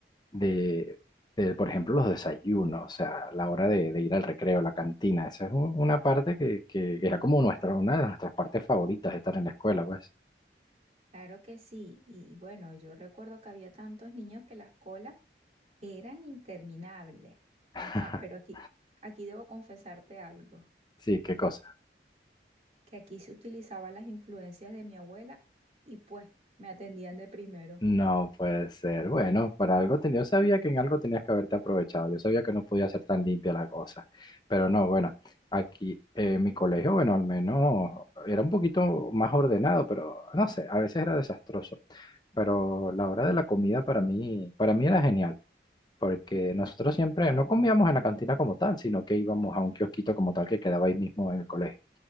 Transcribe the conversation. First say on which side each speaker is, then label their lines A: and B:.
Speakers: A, on the left; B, on the right.
A: de, de, por ejemplo, los desayunos, o sea, la hora de, de ir al recreo, la cantina. Esa es un- una parte que, que, que era como nuestra, una de nuestras partes favoritas de estar en la escuela, pues.
B: Claro que sí, y bueno, yo recuerdo que había tantos niños que las colas eran interminables. Ajá,
A: <laughs>
B: pero aquí, aquí debo confesarte algo,
A: Sí, qué cosa.
B: que aquí se utilizaban las influencias de mi abuela y pues me atendían de primero.
A: No puede ser. Bueno, para algo tenía, yo sabía que en algo tenías que haberte aprovechado. Yo sabía que no podía ser tan limpia la cosa. Pero no, bueno, aquí eh, mi colegio, bueno, al menos era un poquito más ordenado, pero no sé, a veces era desastroso. Pero la hora de la comida para mí, para mí era genial. porque nosotros siempre no comíamos en la cantina como tal, sino que íbamos a un kiosquito como tal que quedaba ahí mismo en el colegio.